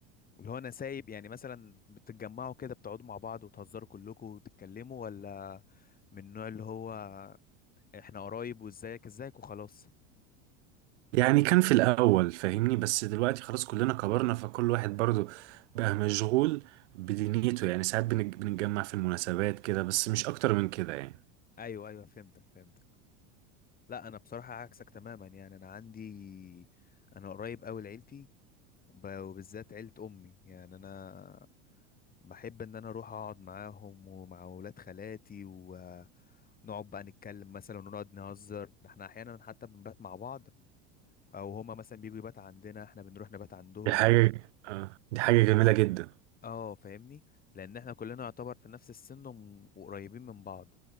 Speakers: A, on the left; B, on the right.
A: اللي هو انا سايب يعني مثلا بتتجمعوا كده بتقعدوا مع بعض وتهزروا كلكم وتتكلموا ولا من النوع اللي هو احنا قرايب وازيك ازيك وخلاص
B: يعني كان في الاول فاهمني بس دلوقتي خلاص كلنا كبرنا فكل واحد برضو بقى مشغول بدنيته يعني ساعات بنج- بنتجمع في المناسبات كده بس مش اكتر من كده يعني
A: ايوه ايوه فهمتك فهمتك لا انا بصراحة عكسك تماما يعني انا عندي انا قريب قوي لعيلتي وب- وبالذات عيلة امي يعني انا بحب ان انا اروح اقعد معاهم ومع ولاد خالاتي ونقعد بقى نتكلم مثلا ونقعد نهزر ده احنا احيانا حتى بنبات مع بعض او هما مثلا بيجوا يبات عندنا احنا بنروح نبات عندهم
B: دي حاجه آه، دي حاجه جميله جدا
A: اه فاهمني لان احنا كلنا يعتبر في نفس السن وم- وقريبين من بعض